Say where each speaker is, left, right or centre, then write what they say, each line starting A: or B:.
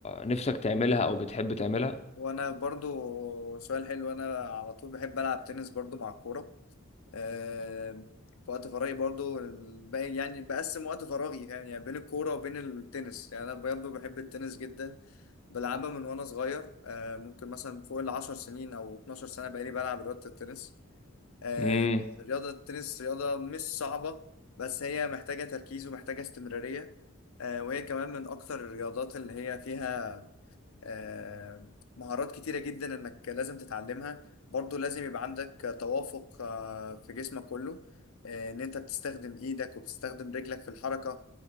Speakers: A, on the left (about 30°); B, on the left (about 90°).
A: نفسك تعملها او بتحب تعملها
B: وانا برضو سؤال حلو انا على طول بحب العب تنس برضو مع الكورة آم، في وقت فراغي برضو ال- بقى- يعني بقسم وقت فراغي يعني يعني بين الكورة وبين التنس يعني انا برضو بحب التنس جدا بلعبها من وانا صغير آه، ممكن مثلا فوق العشر سنين او 12 سنة بقالي بلعب رياضة التنس آه،
A: امم
B: رياضة التنس رياضة مش صعبة بس هي محتاجة تركيز ومحتاجة استمرارية آه، وهي كمان من أكتر الرياضات اللي هي فيها آه، مهارات كتيرة جدا إنك لازم تتعلمها برضو لازم يبقى عندك توافق آه، في جسمك كله آه، إن أنت بتستخدم إيدك وبتستخدم رجلك في الحركة